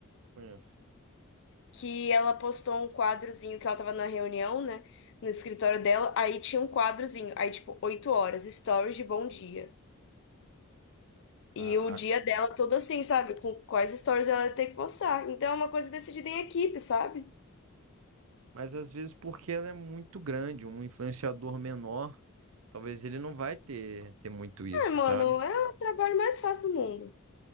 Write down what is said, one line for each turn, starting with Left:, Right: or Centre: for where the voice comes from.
Right: Conheço.
Left: Que ela postou um quadrozinho que ela tava na reunião, né? No escritório dela, aí tinha um quadrozinho, aí tipo, 8 horas, stories de bom dia.
Right: Caraca.
Left: E o dia dela todo assim, sabe? Com quais stories ela ia ter que postar. Então é uma coisa decidida em equipe, sabe?
Right: Mas às vezes porque ela é muito grande, um influenciador menor, talvez ele não vai ter, ter muito isso,
Left: É, mano,
Right: sabe?
Left: é o trabalho mais fácil do mundo.